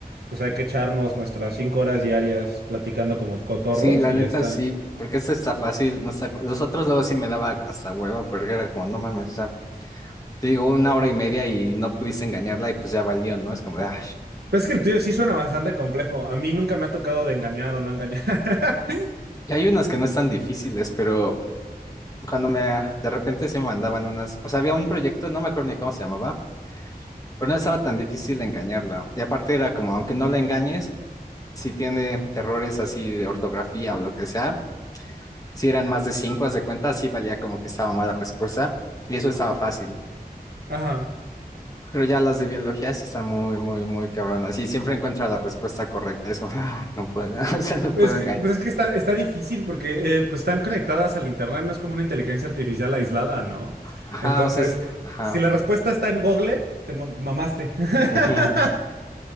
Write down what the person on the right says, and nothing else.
pues hay que echarnos nuestras cinco horas diarias platicando como cotorros
y
ya está.
Pero es que el tuyo sí suena bastante complejo. A mí nunca me ha tocado de engañar o no engañar. <laughs>
Ajá.
Pues es que,
pues es que está, está difícil porque eh, pues están conectadas al internet, no es como una inteligencia artificial aislada, ¿no?
Entonces,
si la respuesta está en Google, te ma- mamaste.
<laughs>